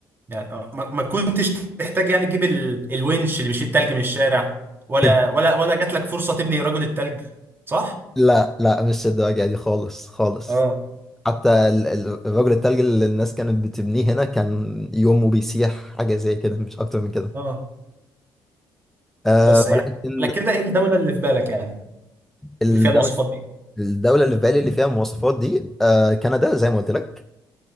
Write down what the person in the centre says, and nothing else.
<laughs>
لا لا مش الدواجع دي خالص خالص
حتى ال- ال- الرجل التلج اللي الناس كانت بتبنيه هنا كان يومه بيسيح حاجة زي كده مش أكتر من كده
أه
ولكن
الدولة,
الدولة اللي في بالي اللي فيها المواصفات دي أه كندا زي ما قلت لك